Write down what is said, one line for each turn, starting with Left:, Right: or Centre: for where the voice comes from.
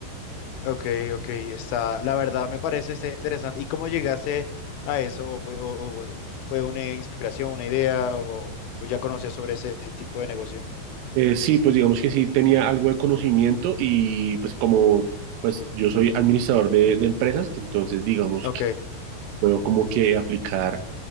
Left: Ok, ok, está, la verdad me parece está interesante. ¿Y cómo llegaste a eso? ¿O, fue o- o fue una inspiración, una idea, o, o ya conocías sobre ese tipo de negocio?
Right: Eh, sí, pues digamos que sí tenía algo de conocimiento y pues como pues yo soy administrador de, de empresas, entonces digamos
Left: Ok,
Right: que puedo como que aplicar